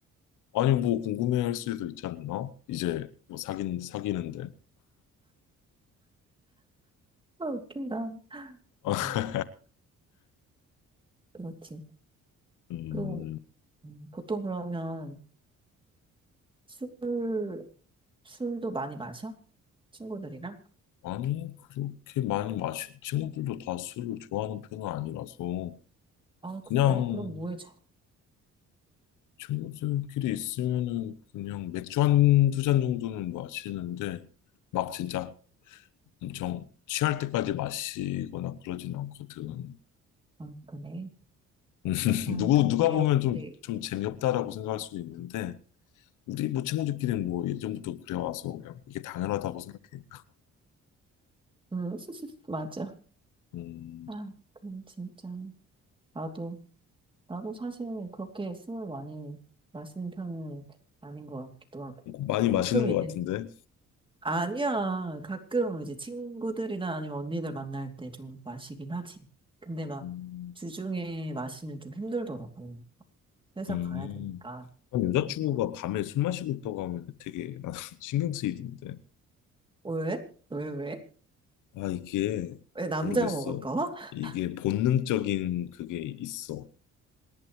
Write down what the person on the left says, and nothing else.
아니, 뭐, 궁금해 할 수도 있지 않나? 이제, 뭐, 사귄, 사귀는데.
<laughs>
음,
아니, 그렇게 많이 마시, 친구들도 다 술을 좋아하는 편은 아니라서,
그냥
친구들끼리 있으면은 그냥 맥주 한 두 잔 정도는 마시는데, 막 진짜 엄청 취할 때까지 마시거나 그러진 않거든.
<laughs>
누구,
누가 보면
좀, 좀 재미없다라고 생각할 수도 있는데, 우리 뭐 친구들끼리는 뭐 예전부터 그래와서 그냥 이게 당연하다고 생각해.
음,
많이
마시는 것
같은데.
음,
음.
난 여자친구가
밤에 술 마시고 있다고 하면 되게 나는 <laughs> 신경 쓰이던데.
아, 이게
모르겠어.
이게 본능적인 그게 있어.